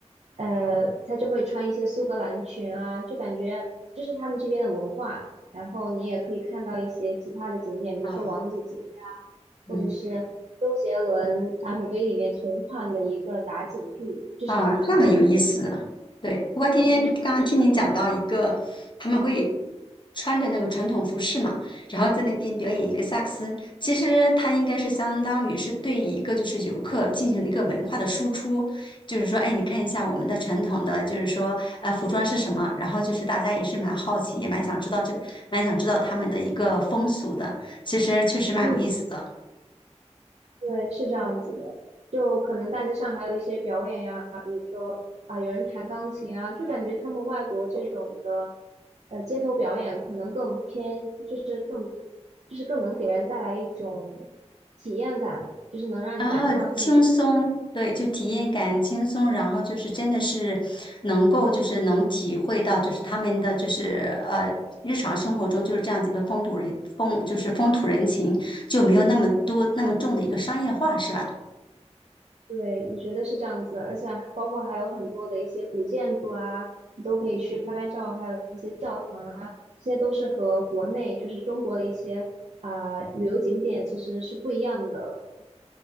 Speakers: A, on the right; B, on the left.
A: 呃，他就会穿一些苏格兰裙啊，就感觉这是他们这边的文化。然后你也可以看到一些其他的景点，比如说王子街啊，
B: 嗯嗯。
A: 或者是杰伦 MV 里面同款的一个打井地，就是打卡的那个。
B: 啊，那么有意思啊。对，不过今天刚刚听您讲到一个，
A: 嗯，
B: 他们会穿着那个传统服饰嘛，然后在那边表演一个萨克斯。其实它应该是相当于是对一个就是游客进行了一个文化的输出，就是说，哎，你看一下我们的传统的，就是说，呃，服装是什么？然后就是大家也是蛮好奇，也蛮想知道这个，蛮想知道他们的一个风俗的。其实确实蛮有意思的。
A: 嗯，对，是这样子的，就可能大街上还有一些表演呀，比如说啊，有人弹钢琴啊，就感觉他们外国这种的，呃，街头表演可能更偏，就是更，就是更能给人带来一种体验感，就是能让你感受到他们这
B: 啊，轻松，对，就体验感轻松，然后就是真的是能够就是能体会到就是他们的就是呃日常生活中就是这样子一个风土人风就是风土人情，就没有那么多那么重的一个商业化，是吧？
A: 对，我觉得是这样子的，而且包括还有很多的一些古建筑啊，你都可以去拍拍照，还有一些教堂啊，这些都是和国内就是中国的一些啊、旅游景点其实是不一样的